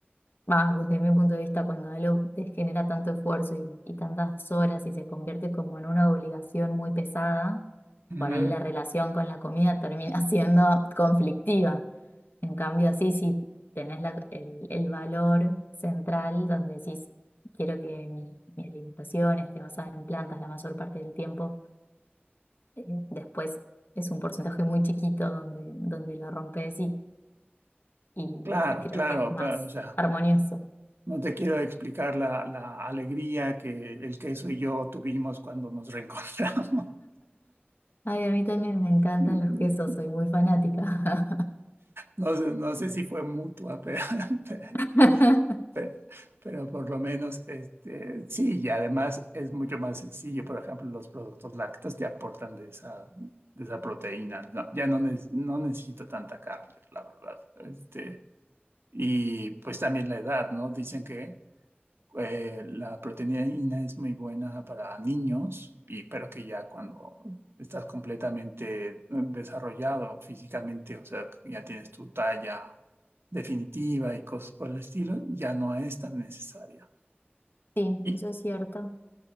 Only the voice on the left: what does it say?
Va, desde mi punto de vista, cuando algo te genera tanto esfuerzo y, y tantas horas y se convierte como en una obligación muy pesada,
por ahí la relación con la comida <laughs> termina siendo conflictiva. En cambio, así sí, tenés la- el, el valor central donde decís, quiero que mi, mi alimentación esté basada en plantas la mayor parte del tiempo. Eh, Después es un porcentaje muy chiquito donde, donde lo rompes y, y,
y creo
que es más
armonioso.
Ay, a mí también me encantan
los quesos, soy muy fanática.
<laughs>
Sí,
eso es cierto,